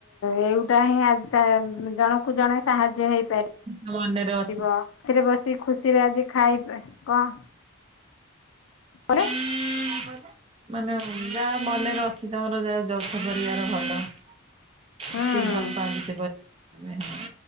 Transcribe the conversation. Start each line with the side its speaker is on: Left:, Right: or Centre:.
Left: ଏଉଟା ହିଁ ଆଜି ସା-ଜଣକୁ ଜଣେ ସାହାଯ୍ୟ ହେଇପାରେ
Right: <inaudible> ମନେର
Left: ଥିବ ଥିରେ ବସି ଖୁସିରେ ଆଜି ଖାଇବେ କଣ? ମାନେ?
Right: କଣ କହିଲେ? ମାନେ ଯା ମନେରେ ଅଛି ତମର ଯାହା ଯୌଥ ପରିବାର ଭଲ। ଏତେ
Left: ହୁଁ ହୁଁ।
Right: ଭଲପାନ୍ତି ସେ <inaudible> ପାାଗ ସେ ବେ ହ